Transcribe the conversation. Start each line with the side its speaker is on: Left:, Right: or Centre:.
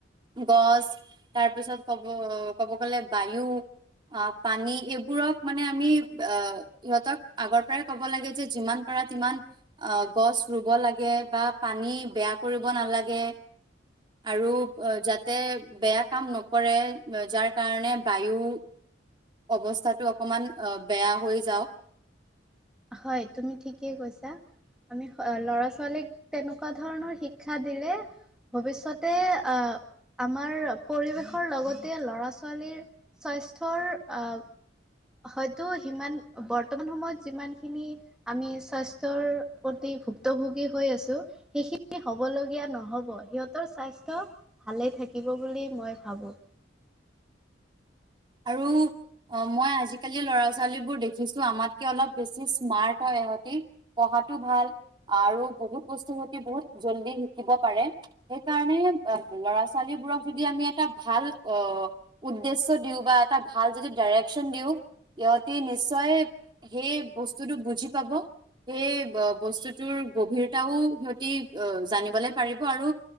Right: গছ তাৰপিছত কব ক'ব গ'লে বায়ু। অ', পানী এইবোৰক মানে আমি অ ইহঁতক আগৰ পৰাই ক'ব লাগে যে যিমান পাৰে ইমান অ', গছ ৰুব লাগে বা পানী বেয়া কৰিব নালাগে। আৰু যাতে বেয়া কাম নকৰে, যাৰ কাৰণে বায়ু অৱস্থাটো অকমান বেয়া হৈ যাওক।
Centre: হয় তুমি ঠিকেই কৈছা। আমি ল'ৰা ছোৱালীক তেনেকুৱা ধৰণৰ শিক্ষা দিলে ভৱিষ্যতে আ আমাৰ পৰিৱেশৰ লগতে ল'ৰা ছোৱালীৰ স্বাস্থ্যৰ অ- হয়তো সিমান, বৰ্তমান সময়ত যিমান খিনি আমি স্বাস্থ্যৰ প্ৰতি ভুক্তভোগী হৈ আছো সেইখিনি হ'বলগীয়া নহ'ব, সিহঁতৰ স্বাস্থ্য ভালে থাকিব বুলি মই ভাবো।
Right: আৰু অ মই আজিকালি ল'ৰা ছোৱালী বোৰ দেখিছো। আমাতকে অলপ বেছি স্মাৰ্ট হয় ইহঁতি। আৰু বহুত ভাল, আৰু বহুত বস্তু বহুত জলদি শিকিব পাৰে। সেইকাৰণে ল'ৰা ছোৱালীবোৰক যদি আমি এটা ভাল অ উদ্দেশ্যত দিওঁ বা এটা ভাল যদি ডাইৰেকশ্যন দিওঁ ইহতি নিশ্চয় সেই বস্তুটো বুজি পাব। সেই বস্তুটোৰ গভীৰতাও সিহঁতি জানিবলৈ পাৰিব আৰু